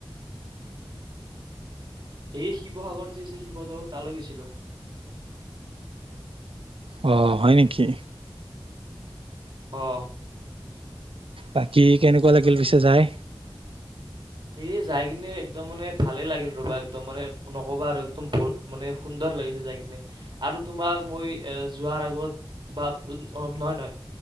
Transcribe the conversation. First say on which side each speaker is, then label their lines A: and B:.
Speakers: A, on the right; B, on the right.
A: সেয়ে শিৱসাগৰত যি আছে শিৱদৌল তালৈ গৈছিলোঁ
B: অঁ হয় নেকি
A: অঁ
B: বাকী কেনেকুৱা লাগিল পিছে যাই
A: এই যাই কিনে একদম মানে ভালেই লাগিল ৰবা একদম মানে নক'বা আৰু একদম ব মানে সুন্দৰ লাগিছে যাই কিনে আৰু তোমাৰ মই এ যোৱাৰ আগত বা নহয় নহয়